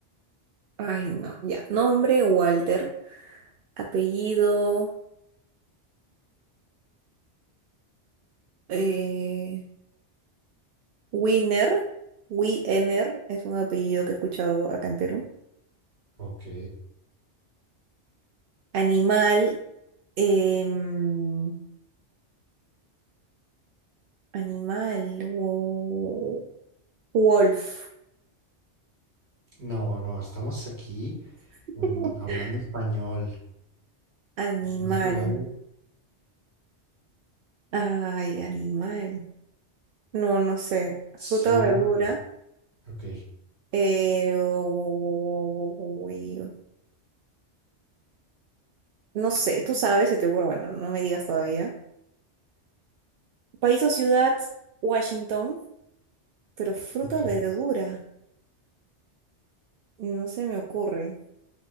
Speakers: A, on the right (about 60°); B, on the right (about 40°).
A: Ay, no, ya. Nombre, Walter. Apellido, eh, Wiener. Wiener es un apellido que he escuchado acá en Perú.
B: Ok.
A: Animal, em, animal, wo- wolf.
B: No, no, estamos aquí
A: <laughs>
B: en- hablando español.
A: Animal.
B: No se vale
A: Ay, animal. No, no sé.
B: 5.
A: Fruta o verdura.
B: Ok,
A: Eh, wo- wo- wo- wo- wo- wo- No sé, tú sabes, se te ocurre. Bueno, no me digas todavía. País o ciudad, Washington. Pero fruta
B: ok.
A: o verdura, no se me ocurre.